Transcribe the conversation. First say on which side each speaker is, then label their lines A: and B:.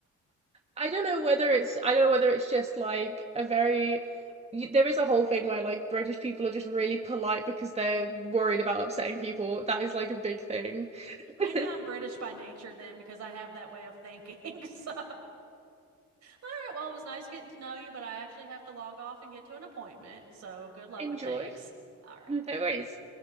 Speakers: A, on the right; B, on the right.
A: <laughs> I don't know whether it's I don't know whether it's just like a very there is a whole thing where like British people are just really polite because they're worried about upsetting people. That is like a big thing.
B: <laughs> Maybe
A: <laughs>
B: I'm British by nature then because I have that way of thinking. <laughs> So right, well, it was nice getting to know you, but I actually have to log off and get to an appointment. So good luck
A: Enjoy.
B: with things. All right.
A: No worries.